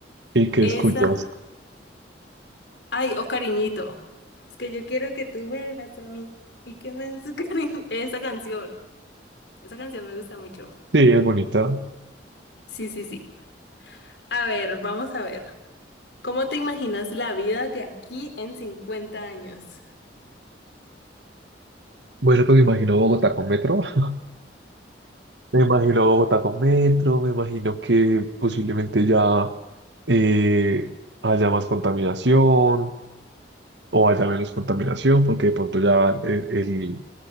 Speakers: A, on the right; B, on the left.
A: ¿y qué
B: Esa.
A: escuchas?
B: Ay, o cariñito. Es que yo quiero que tú vuelvas a mí y que me des <laughs> tu cariño. Esa canción. Esa canción me gusta mucho.
A: Sí, es bonita.
B: Sí, sí, sí. A ver, vamos a ver. ¿Cómo te imaginas la vida de aquí en 50 años?
A: Bueno, pues me imagino Bogotá con metro. <laughs> Me imagino Bogotá con metro, me imagino que posiblemente ya eh, haya más contaminación o haya menos contaminación, porque de pronto ya el, el-